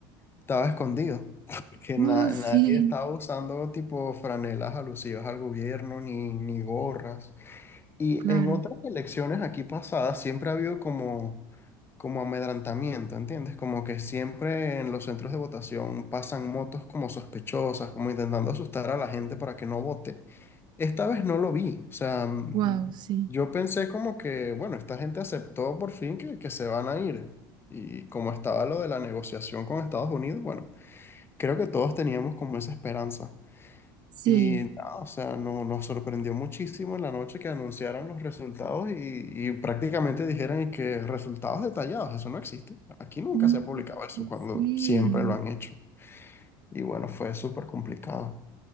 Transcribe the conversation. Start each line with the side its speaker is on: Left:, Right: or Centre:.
Left: estaba escondido, <laughs> porque
Right: Oh,
Left: na-
Right: sí.
Left: nadie estaba usando tipo franelas alusivas al gobierno ni, ni gorras. Y
Right: Claro,
Left: en otras elecciones aquí pasadas siempre ha habido como, como amedrantamiento, ¿entiendes? Como que siempre en los centros de votación pasan motos como sospechosas, como intentando asustar a la gente para que no vote. Esta vez no lo vi, o sea, mm,
Right: wow, sí,
Left: yo pensé como que, bueno, esta gente aceptó por fin que, que se van a ir. Y como estaba lo de la negociación con Estados Unidos, bueno, creo que todos teníamos como esa esperanza.
Right: sí,
Left: Y nada, o sea, no, nos sorprendió muchísimo en la noche que anunciaran los resultados y, y prácticamente dijeran y que resultados detallados, eso no existe. Aquí nunca
Right: Mm,
Left: se ha publicado eso cuando
Right: sí,
Left: siempre lo han hecho. Y bueno, fue súper complicado.